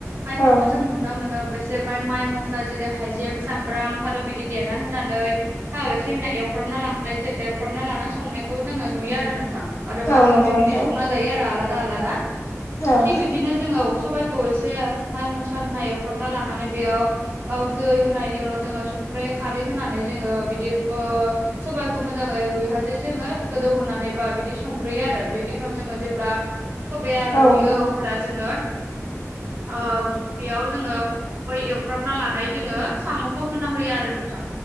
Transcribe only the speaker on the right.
खायफाखौ
जों नुना मोनो बिस जे बाय माइ मस्ला जेरै- हाइजें सामब्राम फालौ बिदि देना होनानै थाव एसे होना एवफ्रामना लांनाय एवफ्रामना लाना संनायखौ जोङो नुयो आरो नोंथां। आरो बा
खायफाया
बिदि संना जायो आरो आलादा आलादा
थिग बिब्दिनो जोङो सबाइखौ एसे माइ मस्ला होना एवफ्रामना लानानै बेयाव औ दै होनायनि उनाव जोङो संख्रै खारै होनानै जोङो बिदि ओ सबाइखौ मोजाङै रुइहासे जोङो गोदौ होनोनानै बा बिदि संग्रोयो आरो बेनि उनाव जोङो जेब्ला सबाया
रुयो अब्ला जोङो ओ बेयाव जोङो बै एवफ्रामना लानाय जोङो साम'खौ होना होयो आरो नोंथां।